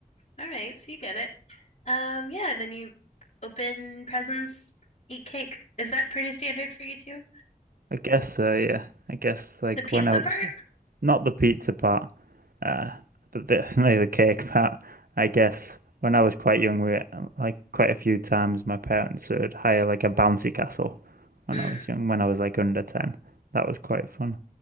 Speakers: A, on the left (about 55°); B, on the right (about 80°).
A: all right, so you get it. Um, yeah, and then you open presents, eat cake. Is that pretty standard for you too?
B: I guess so, yeah. I guess like
A: The pizza
B: when I was
A: part?
B: not the pizza part, uh, but definitely <laughs> the cake part. I guess when I was quite young, we like quite a few times my parents would hire like a bouncy castle when
A: Mm,
B: I was young, when I was like under 10. That was quite fun.